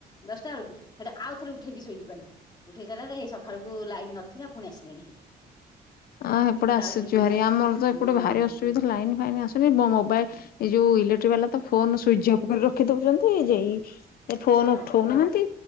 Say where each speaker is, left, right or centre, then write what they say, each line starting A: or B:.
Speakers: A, on the left (about 25°); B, on the left (about 60°).
A: ଦଶଟା ବେଳକୁ ସେଠୁ ଆଉ ଥରେ ଉଠେଇକି ଶୋଇଲି ପାଣି। ଉଠେଇ ସାଇଲା ଯାଇ ହେଇ ସଖାଳକୁ ଲାଇନ୍ ନଥିଲା ପୁଣି ଆସିଲାଣି ହେରି।
B: ଅଁ, ହେପଟେ
A: ମୁଁ ଯାଉଥିଲି
B: ଆସୁଛି ଭାରି। ଆମର ତ
A: ହୁଁ
B: ଏପଟେ ଭାରି ଅସୁ ସୁବିଧା ଲାଇନ୍ ଫାଇନ୍ ଆସୁନି। ବ- ମୋବା ଏ ଯୋଉ ଇଲେକ୍ଟ୍ରିକ୍ ବାଲା ତ ଫୋନ୍ ସୁଇଜ୍ ଅଫ୍ କରି ର ରଖି ଦଉଚନ୍ତି। ଯେଇ ଏ ଫୋନ୍
A: ହଁ
B: ଉଠଉ ନାହାନ୍ତି